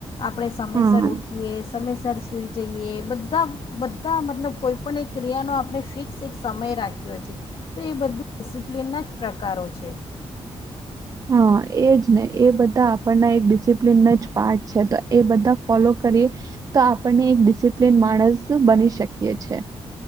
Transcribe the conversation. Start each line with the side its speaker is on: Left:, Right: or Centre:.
Left: આપણે સમયસર
Right: હમ
Left: ઉઠીએ સમયસર સુઈ જઈએ બધા બધા મતલબ કોઈપણ એક ક્રિયાનો આપણે ફિક્સ એક સમય રાખ્યો છે, તો એ બધું ડિસિપ્લિનના જ પ્રકારો છે.
Right: હા એ જ ને એ બધા આપણના એક ડિસિપ્લિનના જ પાર્ટ છે તો એ બધા ફોલો કરીએ, તો આપણને એક ડિસિપ્લિન માણસ બની શકીએ છે.